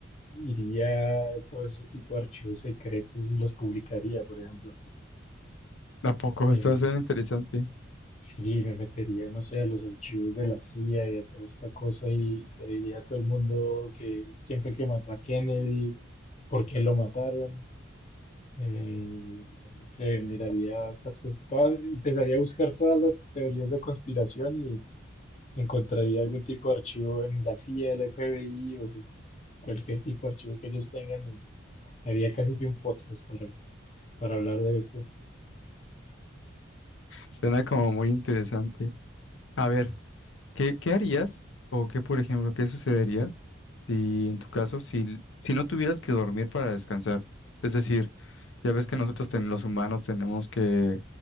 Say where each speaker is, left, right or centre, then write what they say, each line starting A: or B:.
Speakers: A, on the left; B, on the left.
A: iría a todo ese tipo de archivos secretos y los publicaría, por ejemplo.
B: ¿A poco?
A: Eh,
B: <laughs> Está suena interesante.
A: sí, me metería, no sé, a los archivos de la CIA y a toda esta cosa y le diría a todo el mundo que quién fue el que mató a Kennedy, por qué lo mataron. eh, no sé, miraría estas cosas, todas- empezaría a buscar todas las teorías de conspiración y Encontraría algún tipo de archivo en la CIA, el FBI o cualquier tipo de archivo que ellos tengan y haría casi que un podcast para, para hablar de esto.
B: Suena como muy interesante. A ver. ¿Qué, qué harías o qué, por ejemplo, qué sucedería si en tu caso, si, si no tuvieras que dormir para descansar? Es decir, ya ves que nosotros ten- los humanos tenemos que